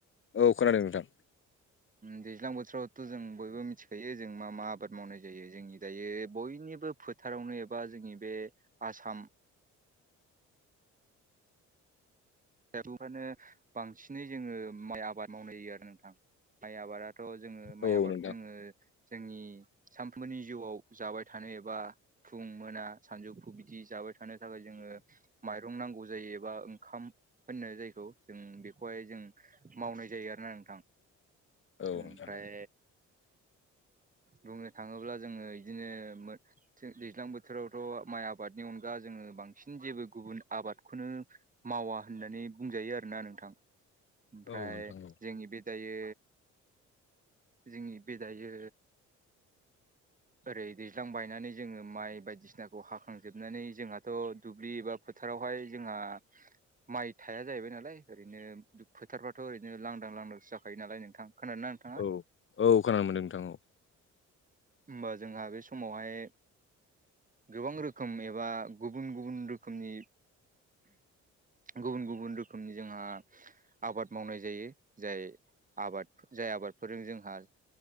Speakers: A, on the left; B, on the right.
A: औ खोनादों नोंथां।
B: दैज्लां बोथोरावथ' जों बयबो मिथिखायो जों मा मा आबाद मावनाय जायो जोंनि। दायो बयनिबो फोथारावनो एबा जोंनि बे आसाम फौफ्रनो बांसिनै जोङो माइ आबाद मावनाय होायो आरो नोंथां माइ आबादा। थ' जोङो माइ
A: औ
B: आबादखौ
A: नोंथां
B: जोङो जोंनि सानफ्रोमबोनि जिउआव जाबाय थानो एबा। फुं मोना सानजौफु बिदि जाबाय थानो थाखाय जोङो माइरं नांगौ जायोबा ओंखाम। होननो जायखौ जों बेखौहाय जों मावनाय जायो आरोना नोंथां।
A: औ
B: ओमफ्राय
A: नोंथां
B: बुङो थाङोब्ला जोङो बिदिनो दैज्लां बोथोरावथ' माइ आबादनि अनगा जोङो बांसिन बांसिन जेबो गुबुन आबादखौनो मावा होननानै बुं जायो आरोोना नोंथां ओमफ्राय
A: औ नोंथां
B: जोंनि बे दायो जोंनि बे दायो ओरै दैज्लां बायनानै जोङो माइ बायदिसिनाखौ हाखांजोबनानै जोंहाथ' दुब्लि एबा फोथारावहाय जोंहा माइ थाया जाहैबाय नालाय ओरैनो फोारफथ' ओरैनो लांदां लांदां जाखायो नालाय नोंथां खोनादों ना नोंथाङा?
A: औ औ खोनानो मोनदों नोंथां औ
B: हबा जोंहा बे समावहाय गोबां रोखोम एबा गुबुन गुबुन रोखोमनि गुबुन गुबुन रोखोमनि जोंहा आबाद मावनाय जायो जाय आबाद जाय आबादफोरजों जोंहा